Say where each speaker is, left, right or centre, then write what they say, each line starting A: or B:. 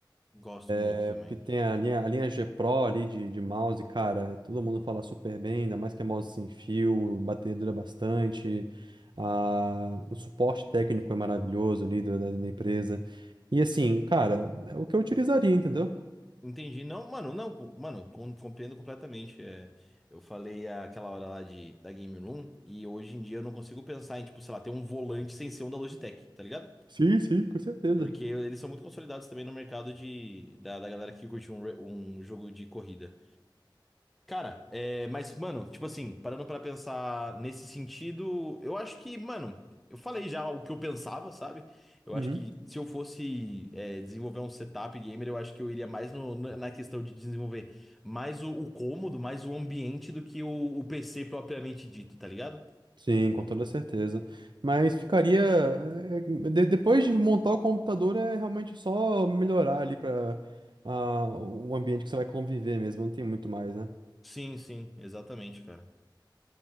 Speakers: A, in the centre; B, on the right.
A: gosto muito
B: É
A: também.
B: porque tem a linha, a linha G Pro ali de, de mouse, cara, todo mundo fala super bem, ainda mais que é mouse sem fio, bateria dura bastante, a, o suporte técnico é maravilhoso ali do- da, da empresa. E assim, cara, é o que eu utilizaria, entendeu?
A: Entendi. Não, mano, não, com- mano, com- compreendo completamente. É, eu falei aquela hora lá de, da Game Room e hoje em dia eu não consigo pensar em, tipo, sei lá, ter um volante sem ser um da Logitech, tá ligado?
B: Sim, sim, com certeza.
A: Porque eles são muito consolidados também no mercado de, da, da galera que curte um, re- um jogo de corrida. Cara, é, mas, mano, tipo assim, parando pra pensar nesse sentido, eu acho que, mano, eu falei já o que eu pensava, sabe? Eu
B: Uhum.
A: acho que se eu fosse, é, desenvolver um setup gamer, eu acho que eu iria mais no- na na questão de desenvolver mais o, o cômodo, mais o ambiente do que o, o PC propriamente dito, tá ligado?
B: Sim, com toda certeza. Mas ficaria. é, é, de- depois de montar o computador, é realmente só melhorar ali para o ambiente que você vai conviver mesmo, não tem muito mais, né?
A: Sim, sim, exatamente, cara.